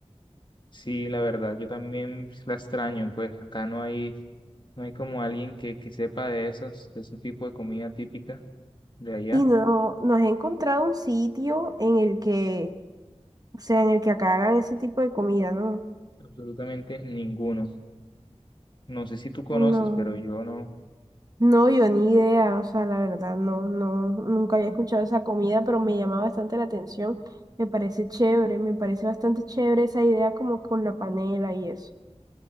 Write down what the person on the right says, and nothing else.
Y no, no has encontrado un sitio en el que O sea, en el que acá hagan ese tipo de comida, ¿no?
No,
no, yo ni idea, o sea, la verdad, no, no, nunca había escuchado esa comida, pero me llama bastante la atención. Me parece chévere, me parece bastante chévere esa idea como con la panela y eso.